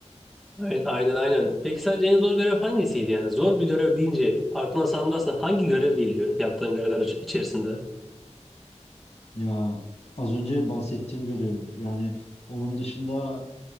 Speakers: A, in the centre; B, on the left.
A: Aynen aynen. aynen. Peki sence en zor görev hangisiydi yani? Zor bir görev deyince aklına Sandras'la hangi görev geliyor yaptığın görevler iç- içerisinde?
B: Ya az önce bahsettiğim görev yani onun dışında